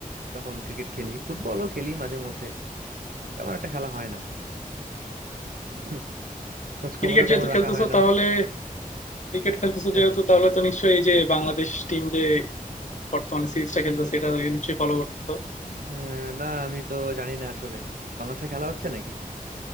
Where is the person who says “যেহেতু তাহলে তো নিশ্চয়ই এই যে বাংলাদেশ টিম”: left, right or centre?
Left